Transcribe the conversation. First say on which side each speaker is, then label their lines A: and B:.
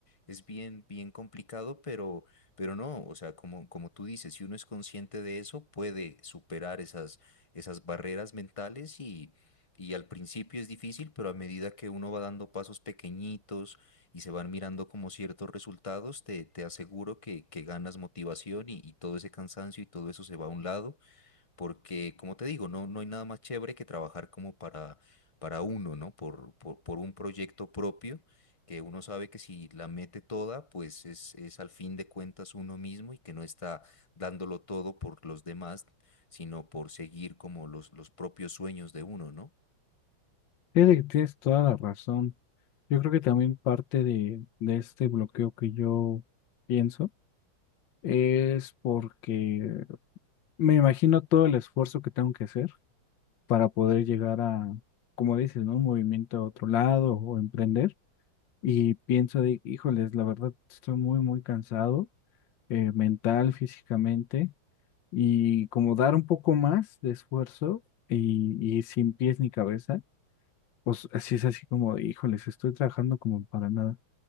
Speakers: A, on the left; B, on the left.
A: es bien, bien complicado, pero, pero no, o sea, como, como tú dices, si uno es consciente de eso, puede superar esas, esas barreras mentales y... Y al principio es difícil, pero a medida que uno va dando pasos pequeñitos, y se van mirando como ciertos resultados, te, te aseguro que, que ganas motivación y, y todo ese cansancio y todo eso se va a un lado, porque como te digo, no, no hay nada más chévere que trabajar como para, para uno, ¿no? Por, por, por un proyecto propio, que uno sabe que si la mete toda, pues es, es al fin de cuentas uno mismo y que no está dándolo todo por los demás, sino por seguir como los, los propios sueños de uno, ¿no?
B: Fíjate que tienes toda la razón. Yo creo que también parte de, de este bloqueo que yo pienso es porque me imagino todo el esfuerzo que tengo que hacer para poder llegar a, como dices, ¿no? Un movimiento a otro lado o emprender. Y pienso de, híjoles, la verdad estoy muy, muy cansado, eh, mental, físicamente. y como dar un poco más de esfuerzo y, y sin pies ni cabeza, pues así es así como, híjoles, estoy trabajando como para nada.